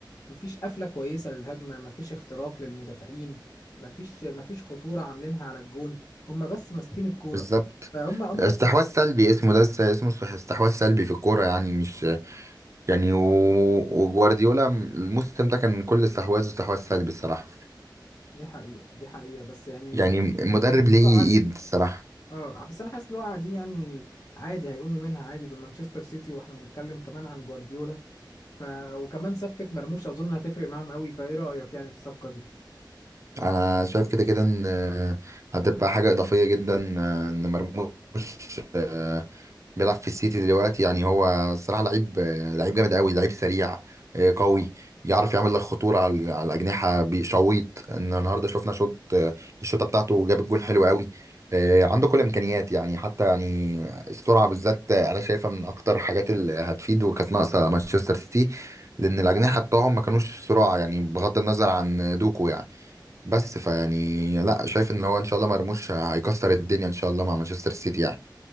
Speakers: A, on the left; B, on the right.
A: مفيش قفلة كويسة للهجمة مفيش اختراق للمدافعين مفيش مفيش خطورة عاملينها على الجون هم بس ماسكين الكورة
B: بالظبط
A: فهم هم
B: استحواذ سلبي اسمه ده اس- اسمه استح- استحواذ سلبي في الكوره يعني مش يعني و- وجوارديولا الموسم ده كان كل استحواذه استحواذ سلبي الصراحه
A: دي حقيقة دي حقيقة بس يعني
B: يعني مدرب
A: حاسس
B: ليه
A: الوقعة دي
B: ايد الصراحة
A: اه بس انا حاسس الوقعة دي يعني عادي هيقوموا منها عادي دول مانشستر سيتي واحنا بنتكلم كمان عن جوارديولا ف وكمان صفقة مرموش اظن هتفرق معاهم قوي فايه رأيك يعني في الصفقة دي
B: انا شايف كده كده ان آه، هتبقى حاجه اضافيه جدا آه، ان مرموش آه، بيلعب في السيتي دلوقتي يعني هو الصراحه لعيب آه، لعيب جامد قوي لعيب سريع آه، قوي يعرف يعمل لك خطوره على على الاجنحه بيشويط ان النهارده شفنا شوط آه، الشوطه بتاعته جاب الجون حلو قوي آه، عنده كل الامكانيات يعني حتى يعني السرعه بالذات آه، انا شايفها من اكتر الحاجات اللي هتفيد وكانت ناقصه مانشستر سيتي لان الاجنحه بتوعهم ما كانوش سرعه يعني بغض النظر عن دوكو يعني بس فيعني لا شايف ان هو ان شاء الله مرموش هيكسر الدنيا ان شاء الله مع مانشستر سيتي يعني